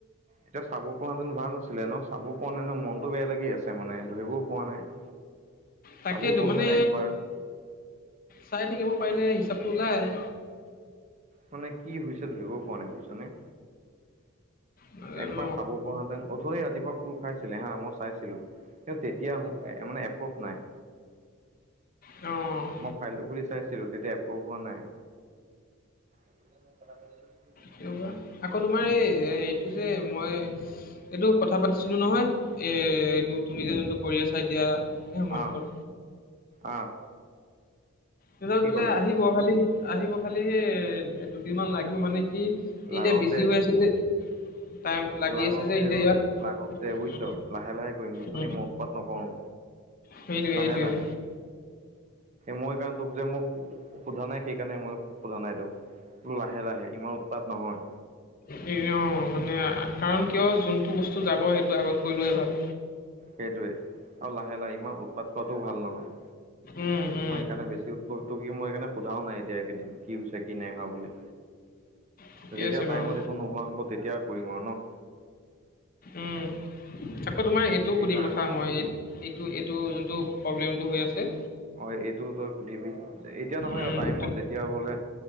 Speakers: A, on the right; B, on the left.
A: এতিয়া, চাব পৰা হেঁতেন ভাল আছিলে, ন'! চাব পোৱা নাই ন'! মনতটো বেয়া লাগি আছে, মানে। ধৰিবও পোৱা নাই।
B: তাকেইতো
A: চাবও পোৱা
B: মানে
A: হেতেন একবাৰ।
B: চাই থাকিব পাৰিলে, হিচাপটো ওলায়।
A: মানে, কি হৈছে ধৰিব পৰা নাই, বুজিছানে!
B: নাজানো
A: একবাৰ চাব পৰা হ'লে! ওঠনি ৰাতিপুৱা, খোল খাইছিলে হা! মই চাইছিলোঁ। কিন্তু, তেতিয়া মানে, এপ্ৰভ নাই।
B: অ'!
A: মই ফাইলটো খুলি চাইছিলোঁ! তেতিয়া, এপ্ৰভ হোৱা নাই। <unintelligible>
B: কি ক'বা? আকৌ তোমাৰ এই, সেইটো যে, মই এইটো কথা পাতিছিলোঁ, নহয়! এ, এইটো তুমি যে, যোনটো কৰি আছা, এতিয়া। হেমন্তত
A: অ'! অ'!
B: <unintelligible>
A: কি
B: বোলে,
A: ক'লে
B: আহিব। খালি, আহিব খালি, সেই দুদিনমান লাগিব মানে, কি এতিয়া,
A: লাগক
B: বিজি
A: দে
B: হৈ আছে যে। টাইম, লাগি
A: লাগক
B: আছে যে,
A: দে
B: <unintelligible>
A: ঐ
B: ইয়াত।
A: লাগক দে বুজিছ
B: উম,
A: লাহে লাহে কৰিম বুজিছ
B: উম।
A: নি মই উৎপাত নকৰো
B: সেইটোৱে,
A: লাহে
B: সেইটোৱে।
A: লাহে মই <unintelligible> যে মোক, সোধা নাই। সেইকাৰণে, মই সোধা নাই তোক। লাহে -লাহে, ইমান উৎপাত নহয়।
B: হেৰি অ'! মানে, কাৰণ কিয়? যোনটো বস্তু যাব, সেইটো আগত কৰি লোৱা ভাল।
A: সেইটোৱে! আৰু লাহে-লাহে, ইমান উৎপাত কৰাটোও ভাল নহয়।
B: উম, উম।
A: মই সেইকাৰণে, বেছি <unintelligible> মই সেইকাৰণে, সোধাও নাই, এতিয়া একেদিন। কি হৈছে, কি নাই হোৱা বুলি।
B: ঠিকে
A: যেতিয়া,
B: আছে বাৰু
A: টাইমত একো নোহোৱা হ'ব, তেতিয়া কৰিম আৰু ন'!
B: উম, আকৌ তোমাৰ, এইটো
A: সেইকাৰণে
B: সুধিম ৰখা, মই! এইটো-এইটো, যোনটো প্ৰব্লেমটো হৈ আছে।
A: অ'! এইটো তই সুধিবি। এতিয়া নহয়
B: উম,
A: আৰু টাইমত
B: তে-
A: যে। এতিয়া বোলে,